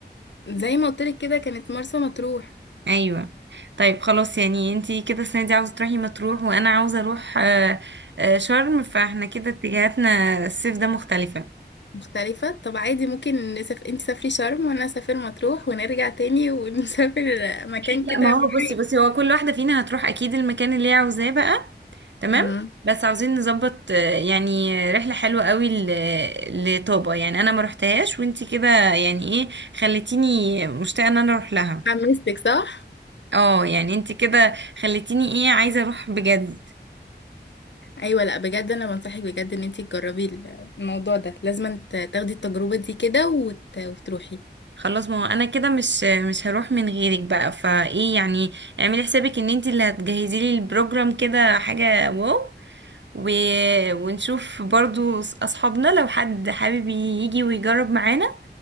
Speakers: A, on the left; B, on the right.
A: زي ما قلتلك كده كانت مرسى مطروح
B: ايوه طيب خلاص يعني انتي كده السنه دي عاوزه تروحي مطروح وانا عاوزه اروح آه، آه، شرم فاحنا كده اتجاهاتنا الصيف ده مختلفه
A: مختلفة طب عادي ممكن نسافر انت سافري شرم وانا اسافر مطروح ونرجع تاني ونسافر مكان
B: لا
A: كده
B: ما
A: محايد
B: هو بصي بصي هو كل واحده فينا هتروح اكيد المكان اللي هي عاوزاه بقى تمام
A: مم.
B: بس عاوزين نظبط آه، يعني رحله حلوه قوي ل- لطابا يعني انا ما روحتهاش وانتي كده يعني ايه خليتيني مشتاقه ان انا اروح لها
A: حمستك صح؟
B: اه يعني انتي كده خليتيني ايه عايزه اروح بجد
A: ايوه لا بجد انا بنصحك بجد ان انتي تجربي ال- الموضوع ده لازم ت- تاخدي التجربه دي كده وت... وتروحي
B: خلاص ما هو انا كده مش مش هروح من غيرك بقى فايه يعني اعملي حسابك ان انت اللي هتجهزي لي البروجرام كده حاجة واو و... ونشوف برضو أص- اصحابنا لو حد حابب يجي ويجرب معانا